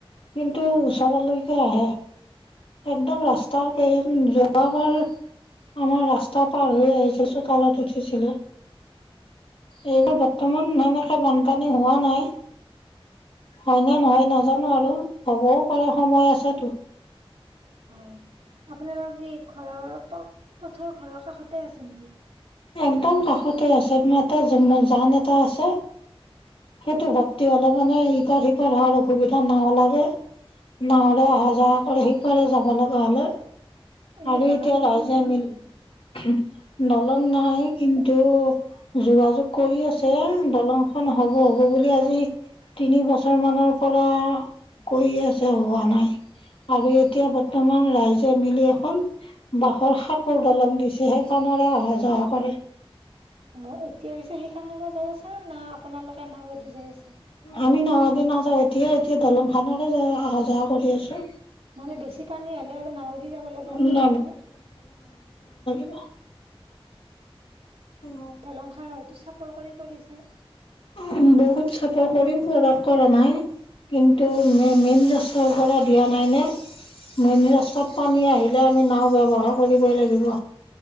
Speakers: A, on the left; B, on the right.
A: কিন্তু ওচৰলৈকে
B: অ
A: আহে। একদম ৰাস্তাৰ এ যোৱাবাৰ আমাৰ ৰাস্তা পাৰ হৈ আহিছিল চোতালত উঠিছিল এইটো
B: অ
A: বৰ্তমান নাই নাই বানপানী হোৱা নাই হয়নে নহয়
B: হয়
A: নাজানো আৰু হ'বও পাৰে সময় আছেতোঁ
B: হয় আপোনালোকৰ কি ঘৰ প পথৰ ঘৰৰ কাষতে আছে নেকি
A: একদম কাষতে আছে ম <inaudible> এ যান এটা আছে সেইটো
B: হয়
A: ভৰ্তি হলে মানে ইপাৰ সিপাৰ হোৱাৰ অসুবিধা নাও লাগে নাৱৰে অহা যোৱা কৰে সিপাৰে যাব লগা হলে
B: এই
A: আৰু
B: দলং
A: এতিয়া
B: চলং
A: ৰাইজে
B: নাই নেকি?
A: মিল নলং নাই কিন্তু যোগাযোগ কৰি আছে দলংখন হ'ব হ'ব বুলি আজি তিনি বছৰ মানৰ পৰা কৈ আছে হোৱা নাই আৰু এতিয়া বৰ্তমান ৰাইজে মিলি এখন বাহৰ সাঁকোৰ দলং দিছে সেইখণৰে অহা যহা কৰে
B: অ এতিয়া পিছেত সেইখানৰে যাই আছে ন না আপোনালোকে নাওদি যাই আছে সেইফালে?
A: আমি নাৱেদি নাযাও এতিয়া এই দলং খনৰে য অহা যোৱা কৰি আছো
B: মানে বেছি পানী হলে আৰু নাৱদি যাব লাগে
A: ন
B: আপোনালোকে
A: অ উ <inaudible>
B: দলং সাৰ হয়তো চাপৰ কৰি কৰিছে।
A: উ বহুত চাপৰ কৰিও পৰা কৰা নাই কিন্তু মেইন ৰাষ্টাৰ পৰা দিয়া নাইনে মানে ৰাস্তাত পানী আহিলে আমি নাও ব্যৱহাৰ কৰিবই লাগিব।